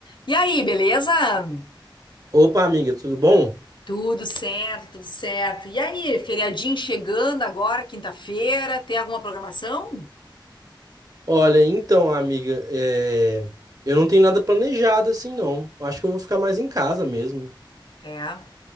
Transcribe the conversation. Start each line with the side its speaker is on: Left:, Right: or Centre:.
Left: E aí, beleza?
Right: Opa, amiga, tudo bom?
Left: Tudo certo, tudo certo. E aí, feriadinho chegando agora, quinta-feira, tem alguma programação?
Right: Olha, então, amiga, é, eu não tenho nada planejado assim, não. Eu Acho que eu vou ficar mais em casa mesmo.
Left: É.